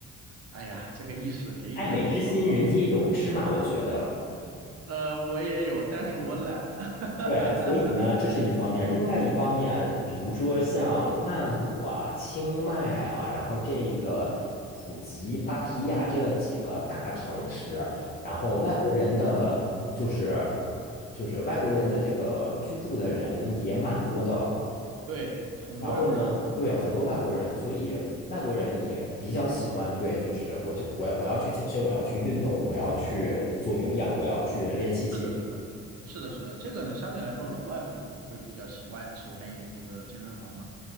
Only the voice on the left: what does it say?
爱美之心，人皆有之嘛，我觉得。
对，所以呢，这是一方面。另外一方面，比如说像曼谷啊、清迈啊，然后这一个普吉、芭提雅这几个大城市，然后外国人的就是
就是外国人的这个居住的人也蛮多的。
然后呢，对，很多外国人，所以外国人也比较喜欢，对，就是我就我要我要去健身，我要去运动，我要去做有氧，我要去练器械。